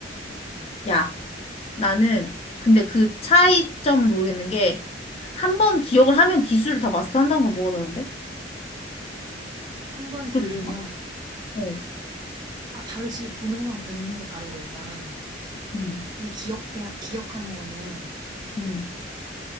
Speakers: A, on the left; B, on the right.
A: 야. 나는 근데 그 차이점을 모르겠는 게 한 번 기억을 하면 기술을 다 마스터한다는 건 뭐가 다른데?
B: 한 번 들으면
A: 그렇지 않아? 어,
B: 아 다르지. 보는 거랑 듣는 거 다르고 일단.
A: 음,
B: 근데 기억해 기억하는 거는
A: 음.